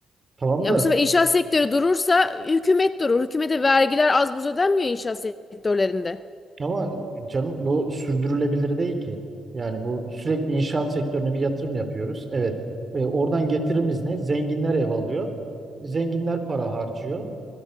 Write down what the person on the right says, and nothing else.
Tamam
da
ama canım bu sürdürülebilir değil ki. Yani bu sürekli inşaat sektörüne bir yatırım yapıyoruz. Evet. E, oradan getirimiz ne? Zenginler ev alıyor. Zenginler para harcıyor.